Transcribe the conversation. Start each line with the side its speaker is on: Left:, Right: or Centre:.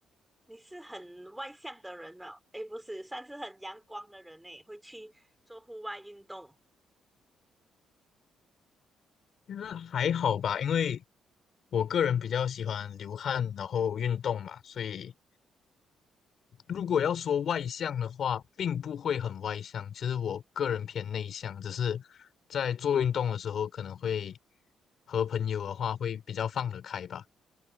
Centre: 你是很外向的人哦。哎，不是，算是很阳光的人呢，会去做户外运动。
Left: 其实还好吧，因为我个人比较喜欢流汗，然后运动嘛，所以如果要说外向的话，并不会很外向。其实我个人偏内向，只是在做运动的时候可能会和朋友的话会比较放得开吧。